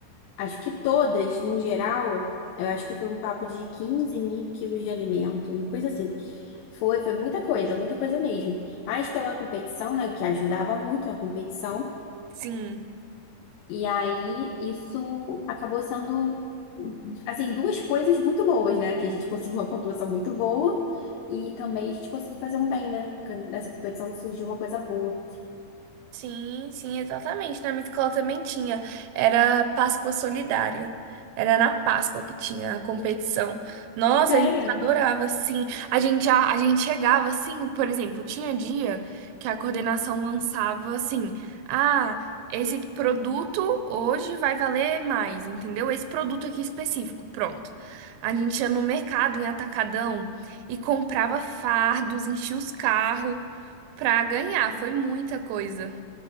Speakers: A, on the left; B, on the right.
A: acho que todas, no geral, eu acho que foi um papo de quinze mil quilos de alimento, uma coisa assim. Foi, foi muita coisa, muita coisa mesmo. Mas pela competição, né, o que ajudava muito a competição.
B: Sim.
A: E aí, isso acabou sendo, assim, duas coisas muito boas, né? Que a gente conseguiu uma pontuação muito boa e também a gente conseguiu fazer um bem, né? Porque Nessa competição surgiu uma coisa boa.
B: Sim, sim, exatamente. Na minha escola também tinha. Era Páscoa Solidária. Era na Páscoa que tinha a competição. Nossa,
A: Sério?
B: a gente adorava, sim. A gente já, a gente chegava assim, por exemplo, tinha dia que a coordenação lançava assim: "Ah, esse produto hoje vai valer mais", entendeu? Esse produto aqui específico, pronto. A gente ia no mercado, em atacadão, e comprava fardos, enchia os carros pra ganhar. Foi muita coisa.